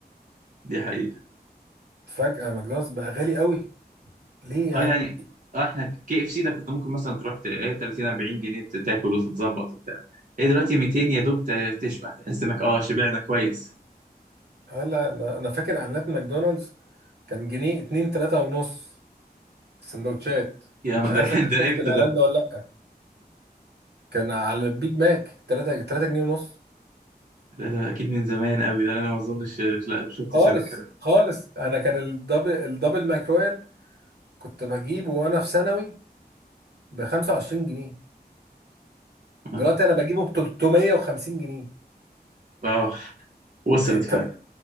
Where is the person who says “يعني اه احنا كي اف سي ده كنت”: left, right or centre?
Right